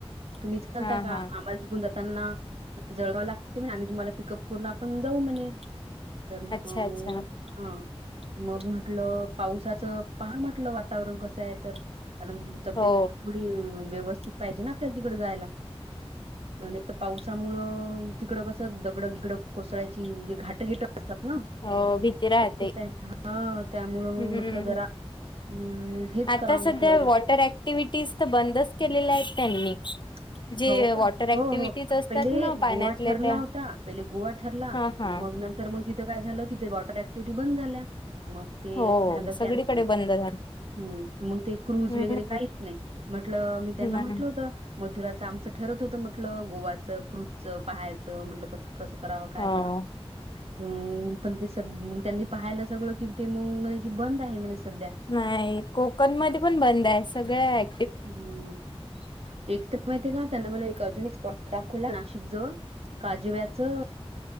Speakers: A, on the right (about 70°); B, on the left (about 50°).
A: तुम्हील
B: हा
A: का
B: हा
A: आम्हालान जात <unintelligible> ताना जळगाव लागते म्ह आम्ही तुम्हाला पिकअप करून आपण जाऊ म्हणे. तर
B: अच्छा
A: मग
B: अच्छा
A: हा. मग म्हटलं पावसाचं पहा म्हटलं वातावरण कसं आहे तर कारण तब्येत
B: हो
A: पण थोडी व्यवस्थित पाहिजे ना आपल्या तिकड जायला. एक पावसामुळ तिकड कस दगड गिगड कोसळयची म्हणजे घाटघिट असतात ना
B: हो भीती राहते
A: शक्यता आहे हा त्यामुळ मग
B: हम्म
A: म्हटलं जरा हम्म हेच
B: आता
A: करावं
B: सध्या
A: म्हटलं रि
B: वॉटर ऍक्टिव्हटीज तर बंदच केलेल्या आहेत त्यांनी
A: <unintelligible>
B: जे
A: हो का
B: वॉटर ऍक्टिव्हिटीज
A: हो हो
B: असतात
A: पहिले
B: ना पाण्यातल्या
A: गोवा ठरला
B: त्या
A: होता पहिले गोवा ठरला
B: हा हा
A: मग नर मग तिथं काय झालं तिथे वॉटर ऍक्टिव्हटी बंद झाल्या मग ते
B: हो
A: झालं
B: सगळीकडे
A: कॅन्सल
B: बंद झालं
A: हम्म मग ते क्रुज
B: हम्
A: वगैरे काहीच नाही म्हटलं मी त्यांना
B: नाही
A: म्हटलं होत आमच ठरत होत म्हटलं गोवाचं क्रुज चं पहायचं म्हटलं कस कसं करावं काय
B: हो
A: करावं अ पण ते सग त्यांनी पाहायला सगळं कि ते मग म्ह की बंद आहे म्हणे सध्या.
B: नाही कोकण मध्ये पण बंद आहे सगळ.
A: हम्म एक तर माहिती का त्यांना मला अजून एक स्पॉट दाखवला नाशिक जवळ काजव्याचं